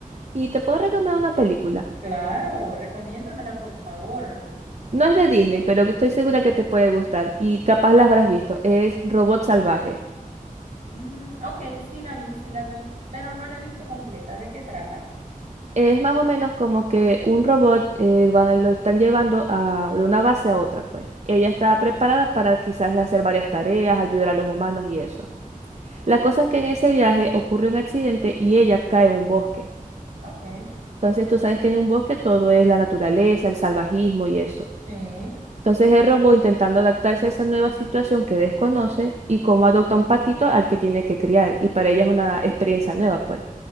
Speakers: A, on the right; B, on the right.
A: Y te puedo recomendar una película.
B: Claro, recomiéndamela, por favor.
A: No es de Disney, pero que estoy segura que te puede gustar y capaz la habrás visto. Es Robot Salvaje.
B: Mm, ok, sí la vi, sí la vi, pero no la he visto completa. ¿De qué trata?
A: Es más o menos como que un robot eh, va- lo están llevando a, de una base a otra, pues. Ella está preparada para quizás hacer varias tareas, ayudar a los humanos y eso. La cosa es que en ese viaje ocurre un accidente y ella cae en un bosque.
B: Ok,
A: Entonces tú sabes que en un bosque todo es la naturaleza, el salvajismo y eso.
B: sí.
A: Entonces el robot intentando adaptarse a esa nueva situación que desconoce y cómo adopta un patito al que tiene que criar. Y para ella es una experiencia nueva, pues.